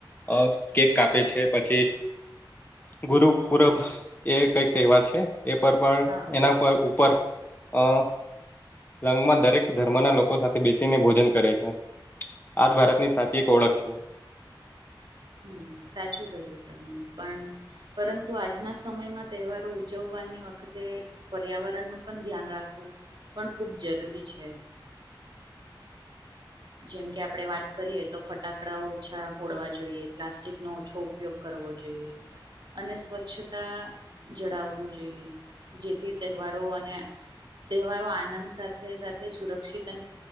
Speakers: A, on the left; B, on the right.
A: અ કેક કાપે છે પછી ગુરુ પૂરબ એ કઈક તહેવાર છે એ પર પણ
B: હા
A: એના પર ઉપર અ લંગમાં દરેક ધર્મના લોકો સાથે બેસીને ભોજન કરે છે આજ ભારતની સાચી એક ઓળખ છે
B: હમ સાચું કહ્યું તમને પણ પરંતુ આજના સમયમાં તહેવારો ઉજવવાની વતે તે પર્યાવરણનું પણ ધ્યાન રાખવું પણ ખૂબ જરૂરી છે જેમ કે આપણે વાત કરીએ તો ફટાક ડાઓ ઓછા ફોડવા જોઈએ પ્લાસ્ટિક નો ઓછો ઉપયોગ કરવો જોઈએ અને સ્વચ્છતા જળાવવું જોઈએ જેથી તહેવારો અને તહેવારો આનંદ સાથે સાથે સુરક્ષિત અને